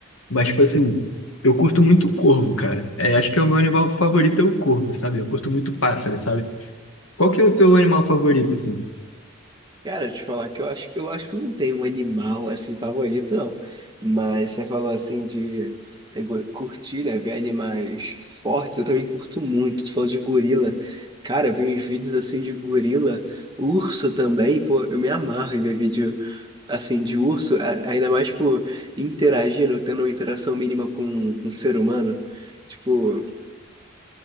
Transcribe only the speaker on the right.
Cara, te falar que eu acho, eu acho que não tem um animal assim favorito, não. Mas você falou assim de é, go- curtir, né? Ver animais fortes, eu também curto muito. Tu falou de gorila. Cara, eu vi uns vídeos assim de gorila, urso também, pô, eu me amarro em ver vídeo assim de urso, a- ainda mais, tipo, interagindo, tendo uma interação mínima com, com um ser humano. Tipo,